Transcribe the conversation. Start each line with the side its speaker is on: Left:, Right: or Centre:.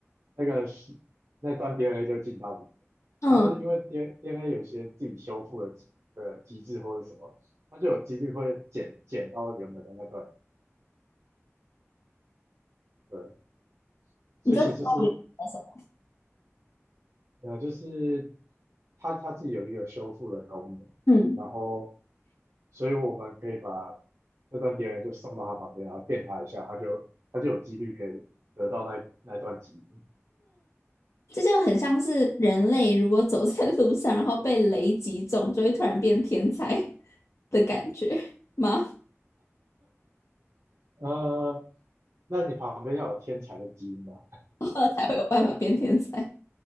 Right: 那个细那段 DNA 就进到里面。
Left: 嗯，
Right: 然后呢，因为 D n a 有一些自己修复的机的机制或者什么，它就有几率会剪剪到原本的那段。对，
Left: <laughs>
Right: 所以其实就是
Left: 你这快点什么？
Right: 呃，就是它它自己有一个修复的功能，
Left: 嗯。
Right: 然后所以我们可以把那段碟人就送到他旁边，然后电他一下，他就他就有几率可以得到那那段基因。
Left: 这就很像是人类如果走在路上，然后被雷击中，就会突然变天才 <laughs> 的感觉吗？
Right: 呃，那你旁边要有天才的基因嘛？
Left: <laughs> 才会有办法变天才。